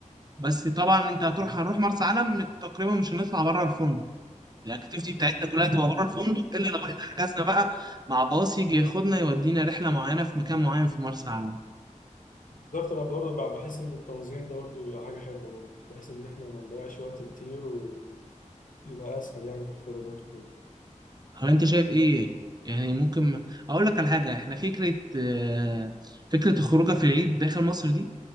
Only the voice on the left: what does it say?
مم.
بالظبط انا برضه ب- بحس ان التنظيم ده برضه بيبقى حاجه حلوه برضه بحيث ان احنا ما نضيعش وقت كتير ويبقى اسهل يعني في الخروجات وكده